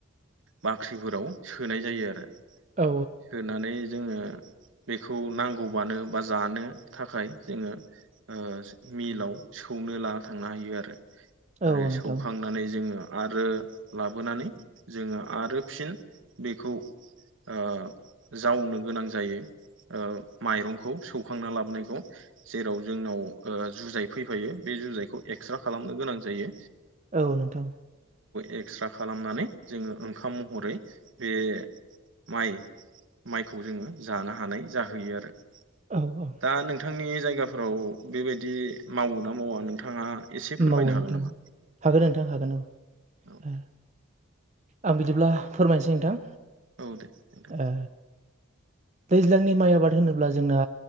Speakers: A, on the right; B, on the right.
A: बाख्रिफोराव सोनाय जायो आरो।
B: औ
A: सोनानै जोङो बेखौ नांगौबानो बा जानो थाखाय जोङो ओ मिलाव सौनो लाना थांनो हायो आरो
B: औ
A: आरो
B: नोंथां
A: सौखांनानै जोङो आरो लाबोनानै जोङो आरो फिन बेखौ ओ जावनो गोनां जायो। ओ माइरंखौ सौखांना लाबोनायखौ जेराव जोंनाव ओ जुजाय फैफायो बे जुजायखौ एक्स्रा खालामनो गोनां जायो।
B: औ नोंथां।
A: एक्स्रा खालामनानै जोङो ओंखाम महरै बे माइ माइखौ जोङो जाना हानाय जाहोयो आरो।
B: औ औ।
A: दा नोंथांनि जायगाफोराव बेबायदि मावो ना मावा नोंथाङा एसे फोरमायनो
B: मावो
A: हागोन
B: नोंथां
A: नामा
B: हागोन नोंथां हागोन औ
A: औ
B: आ। आं बिदिब्ला फोरमायनोसै नोंथां।
A: औ दे नोंथां।
B: ओ दैज्लांनि माइ आबाद होनोब्ला जोंना